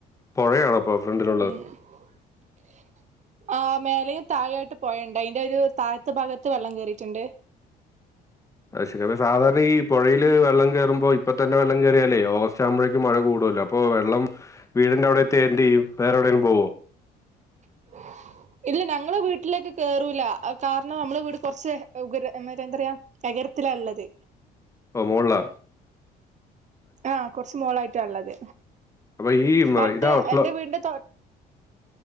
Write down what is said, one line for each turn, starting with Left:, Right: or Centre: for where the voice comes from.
Left: പുഴയാണപ്പോ ഫ്രണ്ടിലുള്ളത്
Right: <unintelligible> ആ മേലയും താഴായായിട്ട് പോയണ്ട് അയിന്റെ ഒരു താഴത്തെ ഭാഗത്ത് വെള്ളം കേയറിയിട്ടുണ്ട്
Left: അത് ശരി അപ്പ സാധാരണ ഈ പുഴയില് വെള്ളം കയറുമ്പോ ഇപ്പൊ തെ വെള്ളം കയറിയാലേ ഓഗസ് ആകുമ്പോഴേക്ക്ഴ <unintelligible> അപ്പൊ വെള്ളം വീടിന്റെ അവിടെ എത്തി എന്ത് ചെയ്യും വേറെ എവിടേങ്കിലും പോവോ
Right: <unintelligible> ഇല്ല ഞങ്ങള വീട്ടിലേക്ക് കേറൂല കാരണം നമ്മള് വീട് കുറച്ച് മറ്റ എന്തറയാ എഗരത്തിലാള്ളത്
Left: ഓ മോളിലാ
Right: ആഹ കുറച്ച് മോളായിട്ട ഉള്ളത്
Left: അപ്പൊ ഈ മ-
Right: ബട്ട്
Left: ഇതാണോ സ്ലോ
Right: എന്റെ വീടിന്റെ തൊ